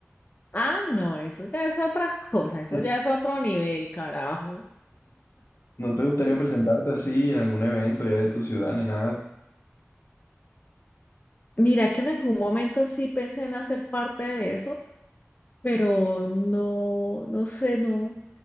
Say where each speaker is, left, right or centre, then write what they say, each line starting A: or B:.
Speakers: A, on the left (about 35°); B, on the left (about 65°).
A: Ah, no, eso ya es otra <laughs> cosa, eso
B: <laughs>
A: ya es otro nivel, carajo.
B: ¿No te gustaría presentarte así en algún evento ya de tu ciudad ni nada?
A: Mira que en algún momento sí pensé en hacer parte de eso. pero no, no sé, no,